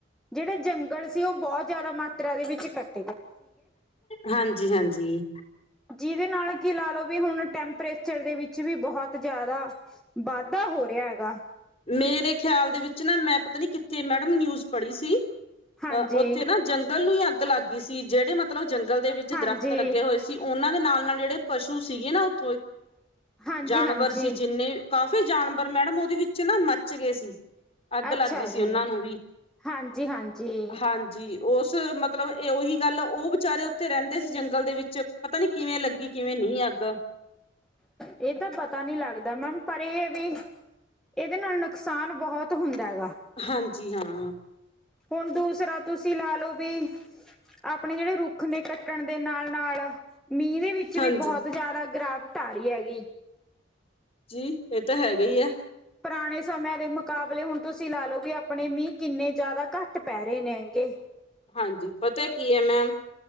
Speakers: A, in the centre; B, on the left.
A: ਜਿਹੜੇ ਜੰਗਲ ਸੀ ਉਹ ਬਹੁਤ ਜ਼ਿਆਦਾ ਮਾਤਰਾ ਦੇ ਵਿੱਚ ਕੱਟ
B: ਹਾਂਜੀ -ਹਾਂਜੀ!
A: ਜਿਹਦੇ ਨਾਲ ਕੀ ਲਾ ਲਓ ਵੀ ਹੁਣ ਟੈਂਪਰੇਚਰ ਦੇ ਵਿੱਚ ਵੀ ਬਹੁਤ ਜ਼ਿਆਦਾ ਵਾਧਾ ਹੋ ਰਿਹਾ ਹੈਗਾ।
B: ਮੇਰੇ ਖਿਆਲ ਦੇ ਵਿੱਚ ਨਾ, ਮੈਂ ਪਤਾ ਨੀ ਕਿੱਥੇ, ਮੈਡਮ ਨਿਊਜ ਪੜ੍ਹੀ ਸੀ ਅਹ
A: ਹਾਂਜੀ
B: ਉੱਥੇ ਨਾ ਜੰਗਲ ਨੂੰ ਹੀ ਅੱਗ ਲੱਗ ਗਈ ਸੀ ਜਿਹੜੇ ਮਤ ਮਤਲੱਬ ਜੰਗਲ ਦੇ ਵਿੱਚ ਦਰਖਤ
A: ਹਾਂਜੀ
B: ਲੱਗੇ ਹੋਏ ਸੀ ਉਹਨਾਂ ਦੇ ਨਾਲ ਨਾਲ ਜਿਹੜੇ ਪਸ਼ੂ ਸੀਗੇ ਨਾ ਉੱਥੋਂ
A: ਹਾਂਜੀ
B: ਜਾਨਵਰ
A: ਹਾਂਜੀ
B: ਸੀ ਜਿੰਨੇ, ਕਾਫੀ ਜਾਨਵਰ ਮੈਡਮ ਉਹਦੇ ਵਿੱਚ ਨਾ ਮੱਚ ਗਏ ਸੀ। ਅੱਗ
A: ਅੱਛਾ
B: ਲੱਗ ਗਈ ਸੀ
A: ਜੀ
B: ਉਹਨਾਂ ਨੂੰ ਵੀ,
A: ਹਾਂਜੀ ਹਾਂਜੀ
B: ਹਾਂਜੀ। ਉਸ ਮਤਲੱਬ ਇਹ ਉਹੀ ਗੱਲ, ਉਹ ਵਿਚਾਰੇ ਉੱਥੇ ਰਹਿੰਦੇ ਸੀ। ਜੰਗਲ ਦੇ ਵਿੱਚ ਪਤਾ ਨਹੀਂ। ਕਿਵੇਂ ਲੱਗੀ, ਕਿਵੇਂ ਨਹੀਂ ਅੱਗ
A: ਇਹ ਤਾਂ ਪਤਾ ਨੀ ਲੱਗਦਾ, ਮੈਮ ਪਰ ਇਹ ਹੈ ਵੀ ਇਹਦੇ ਨਾਲ ਨੁਕਸਾਨ ਬਹੁਤ ਹੁੰਦਾ ਹੈਗਾ।
B: ਹਾਂਜੀ, ਹਾਂ।
A: ਹੁਣ ਦੂਸਰਾ ਤੁਸੀਂ ਲਾ ਲੋ ਵੀ ਆਪਣੇ ਜਿਹੜੇ ਰੁੱਖ ਨੇ ਕੱਟਣ ਦੇ ਨਾਲ -ਨਾਲ ਮੀਂਹ ਦੇ ਵਿੱਚ
B: ਹਾਂਜੀ
A: ਵੀ ਬਹੁਤ ਜ਼ਿਆਦਾ ਗਿਰਾਵਟ ਆ ਰਹੀ ਹੈਗੀ।
B: ਜੀ ਇਹ ਤਾਂ ਹੈਗਾ ਹੀ ਹੈ।
A: ਪਰਾਣੇ ਸਮੇਆਂ ਦੇ ਮੁਕਾਬਲੇ ਹੁਣ ਤੁਸੀਂ ਲਾ ਲਓ, ਕਿ ਆਪਣੇ ਮੀਂਹ ਕਿੰਨੇ ਜ਼ਿਆਦਾ ਘੱਟ ਪੈ ਰਹੇ ਨੇ ਅੱਗੇ।
B: ਹਾਂਜੀ, ਪਤਾ ਕੀ ਹੈ ਮੈਮ